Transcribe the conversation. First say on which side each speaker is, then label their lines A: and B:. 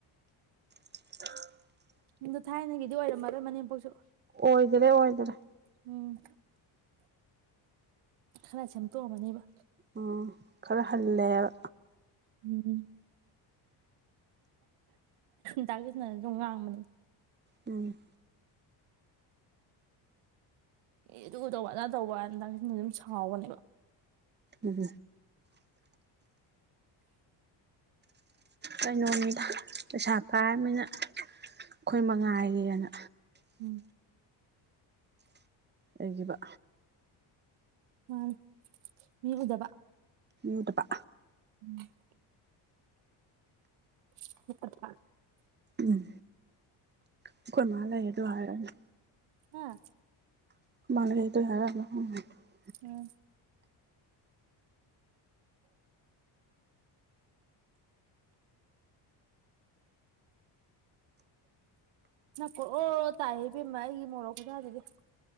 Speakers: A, on the right; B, on the right.
A: <inaudible>
B: <unintelligible> ꯊꯥꯏꯅꯒꯤꯗꯤ ꯑꯣꯏꯔꯝꯃꯗꯣꯏ ꯃꯅꯦꯝꯄꯣꯛꯁꯨ
A: ꯑꯣꯏꯈꯔꯦ ꯑꯣꯏꯈꯔꯦ
B: ꯎꯝ ꯈꯥꯔꯁꯦꯝ ꯇꯣꯛ ꯑꯃꯅꯤꯕ
A: ꯎ ꯈꯔ ꯍꯜꯂꯦꯕ
B: ꯎꯝ ꯗꯥ ꯀꯤꯁꯅꯅꯁꯨ ꯉꯥꯡꯕꯅꯤ
A: ꯎꯝ
B: ꯑꯦ ꯑꯗꯨ ꯇꯧꯕ ꯑꯗꯥ ꯇꯧꯕ ꯗꯥ ꯀꯤꯁꯟꯗꯤ ꯑꯗꯨꯝ ꯁꯥꯎꯕꯅꯦꯕ
A: ꯎꯝꯝ ꯀꯩꯅꯣꯅꯤꯗ ꯄꯩꯁꯥ ꯄꯥꯏꯔꯕꯅꯤꯅ ꯑꯩꯈꯣꯏ ꯃꯉꯥꯏꯒꯤꯅ
B: ꯎꯝ
A: ꯑꯩꯒꯤꯕ
B: ꯎꯝ ꯃꯤꯎꯗꯕ
A: ꯎꯠꯇ ꯄ
B: ꯎꯝ <unintelligible>
A: ꯎꯝ ꯑꯩꯈꯣꯏ ꯃꯥꯜꯂꯩ ꯌꯦ ꯑꯗꯨ ꯍꯥꯏꯔꯗꯤ
B: ꯍꯥꯥ
A: <unintelligible> ꯑꯗꯨꯏ ꯌꯥꯔꯒ <unintelligible>
B: ꯎꯝ ꯅꯄꯀ ꯑꯣ ꯇꯥꯏ ꯍꯕꯦꯝꯃ ꯑꯩꯒꯤ ꯃꯣꯔꯣꯛ ꯈꯨꯖꯥꯔꯤꯒꯦ